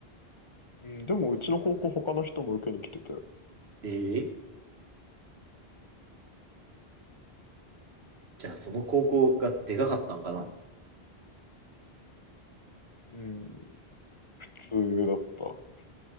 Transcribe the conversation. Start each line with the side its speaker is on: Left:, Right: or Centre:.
Left: うん、でもうちの高校他の人も受けに来てたよ。
Right: ええじゃあその高校がでかかったんかな。
Left: うん、普通だった。